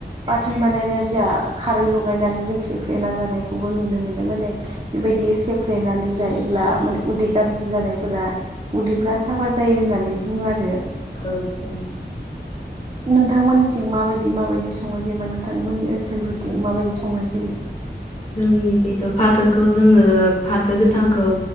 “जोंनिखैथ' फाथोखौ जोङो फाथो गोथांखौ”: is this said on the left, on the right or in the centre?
Left